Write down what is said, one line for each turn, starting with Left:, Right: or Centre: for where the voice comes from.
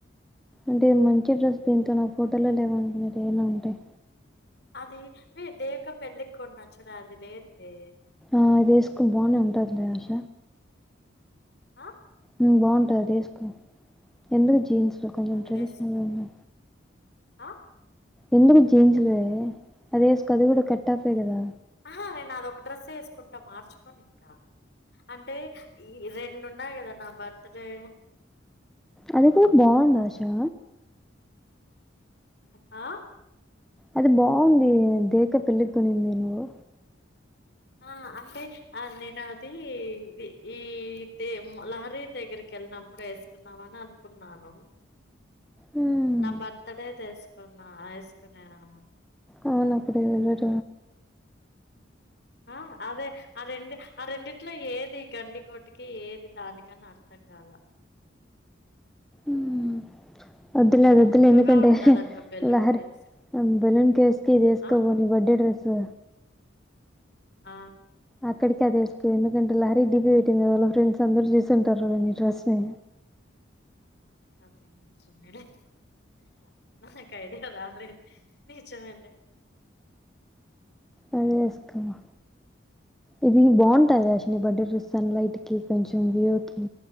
Centre: అంటే మంచి డ్రెస్ దీంతో నాకు ఫోటోలో లేవ అనుకున్నారు ఏమనా ఉంటాయి
Left: అది వే దేవిక పెళ్ళికి కొన్నచూడు అది లేదు వే
Centre: ఆ అది ఎస్కో బానే ఉంటదిలే ఆశ
Left: ఆ
Centre: హమ్ బంటది ఆది ఎస్కే ఎందుకు జీన్స్ కొంచెం
Left: అది
Centre: ట్రెడిషనల్
Left: వేసుకున్నా
Centre: ఉన్నా
Left: ఆ
Centre: ఎందుకు జీన్సులే అది వేసుకు అది కూడా కట్ టాప్ ఎహ్ కదా
Left: ఆహా నేను అదొక డ్రెస్ వేసుకుంటా మార్చుకొని ఇంకా అంటే ఈ రెండున్నా కదా నా బర్త్డే,
Centre: అది కూడా బాగుందా ఆషా
Left: ఆ
Centre: అది బాగుంది దేవక్క పెళ్ళిక్కొనింది నువ్వు
Left: ఆ అంటే ఆ నేను అది ఈ ఇదే లహరి దగ్గరికి వెళ్ళినప్పుడు వేసుకున్నామని అనుకున్నాను.
Centre: హ్మ్.
Left: నా బర్తడే తెసు కున్నా ఎసుకునే నా
Centre: అవును అప్పుడే వెళ్ళుట
Left: ఆ అదే ఆ రెండు ఆ రెండిట్లో ఏది గండికోటకి ఏది దానికని అర్థం కాల
Centre: మ్మ్ వద్దులే అదు వద్దులే
Left: ఉక్కగా
Centre: ఎందుకంటే
Left: ఉంటదంట బెలూన్
Centre: లహరి
Left: కేసులో
Centre: బెలూన్ కేేవ్స్ కి ఇది వేసుకవో
Left: ఆ
Centre: నీ బర్డే డ్రెస్స్.
Left: ఆ
Centre: అక్కడికి అదేసు కో ఎందుకంటే లహరికి దీపి నిన్ని వాళ్ళ ఫ్రెండ్స్ అందరు చూసింటారు నీ డ్రెస్స్ ని
Left: ఆఅదే నిజమేలే నాకైడియా రాలే నీజమేలే.
Centre: అదే వేసుకున్నా ఇది బాగుంటది ఆశ్వని బర్డే సన్ లైట్ కి కొంచెం వ్యూ కి